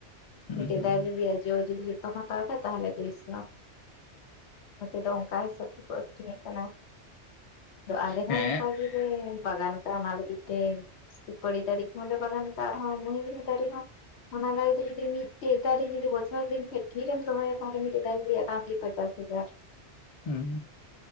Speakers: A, on the left; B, on the left.
A: ᱦᱮᱸ
B: ᱢᱤᱫᱴᱮᱡ
A: ᱦᱮᱸ
B: ᱫᱟᱨᱮ ᱮᱨᱤᱭᱟ ᱡᱚ ᱡᱩᱫᱤ ᱡᱷᱚᱛᱚᱢ ᱦᱟᱛᱟᱣ ᱠᱷᱟᱡ ᱛᱟᱦᱟᱞᱮ ᱫᱩᱭᱥᱚ᱾ ᱱᱚᱛᱮ ᱫᱚ ᱚᱱᱠᱟ ᱦᱤᱥᱟᱹᱵ ᱛᱮᱠᱚ ᱟᱹᱠᱷᱨᱤᱧᱮᱜ ᱠᱟᱱᱟ᱾ ᱟᱫᱚ ᱟᱞᱮ ᱦᱚᱸ
A: ᱦᱮᱸ
B: ᱚᱱᱠᱟ ᱜᱤᱞᱮ ᱵᱟᱜᱟᱱ ᱠᱟᱜᱼᱟ ᱚᱱᱟ ᱞᱟᱹᱜᱤᱫ ᱛᱮ ᱥᱩᱯᱟᱹᱲᱤ ᱫᱟᱨᱮ ᱠᱚᱦᱚᱸᱞᱮ ᱵᱟᱜᱟᱱ ᱠᱟᱜ-ᱟ ᱟᱨᱦᱚᱸ ᱢᱤᱦᱚᱜᱤᱱᱤ ᱫᱟᱨᱮ ᱦᱚᱸ᱾ ᱚᱱᱟ ᱫᱟᱨᱮ ᱨᱮ ᱡᱩᱫᱤ ᱢᱤᱫᱴᱮᱡ ᱫᱟᱨᱮ ᱡᱩᱫᱤ ᱵᱚᱪᱷᱚᱨ ᱫᱤᱱ ᱠᱷᱚᱡ ᱠᱷᱤᱨᱮᱢ ᱫᱚᱦᱚᱭᱟ ᱛᱟᱦᱚᱞᱮ ᱢᱤᱫᱴᱮᱡ ᱫᱟᱨᱮ ᱨᱤᱭᱟᱜ ᱫᱟᱢ ᱜᱮ ᱯᱟᱪᱟᱥ ᱦᱟᱡᱟᱨ᱾
A: ᱦᱩᱸ,